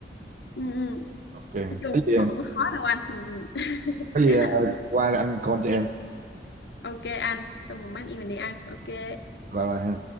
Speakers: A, on the left; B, on the right.
A: Ừ. ừ.
B: ok
A: nói chung
B: cái
A: cũng
B: gì
A: không có khó đâu anh ừ. ừ.
B: có
A: <laughs>
B: gì
A: đáng
B: ờ,
A: là anh
B: qua anh call cho em
A: ok anh xong rồi mai em mình đi ăn ok
B: bye bye ha